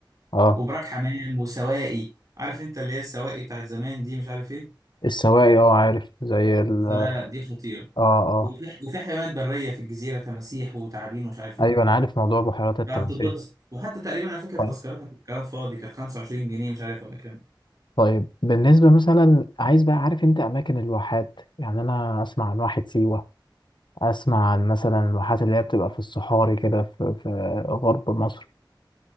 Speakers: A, on the left; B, on the right.
A: أه
B: وبراك حمام وسواقي عارف انت اللي هي السواقي بتاعت زمان دي مش عارف ايه
A: السواقي أه عارف زي ال
B: فلا
A: أه
B: لا دي خطيره
A: أه
B: وفي وفي حيوانات بريه في الجزيره تماسيح وتعابين ومش عارف ايه
A: أيوه أنا عارف موضوع بحيرات التماسيح
B: آه، هتتبسط وحتى تقريبا انا فاكر
A: طيب
B: تذكرتك الكلام فاضي كانت 25 جنيه مش عارف ولا كام
A: طيب بالنسبة مثلا عايز بقى عارف أنت أماكن الواحات يعني أنا أسمع عن واحة سيوة اسمع عن مثلا الواحات اللي هي بتبقى في الصحاري كده في, في غرب مصر